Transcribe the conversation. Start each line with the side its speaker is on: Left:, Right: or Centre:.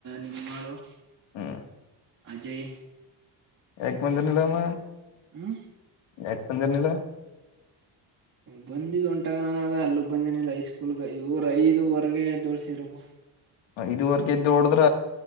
Right: ನಿಮ್ಮಾಳು
Left: ಹ್ಮ
Right: ಅಜಯ್
Left: ಹ ಒಂದನಲಾಮ
Right: ಹ್ಮ್
Left: ಎಪ್ಪಂದಂತನಿಲ್ಲ
Right: ಹ ಬಂದಿದ್ ಒಂಟಾಗ ನಾನ ಅದ ಅಲ್ಲಿಗ್ ಬಂದನಿಲ್ಲ ಐ ಸ್ಕೂಲ್ಗ ಇವ್ರ ಐದುವರೆಗೆ ಎದ್ದೋಳ್ಸಿದ್ರಪ್ಪ
Left: ಇದದುವರೆಗ ಇದ್ದೋಡದ್ರ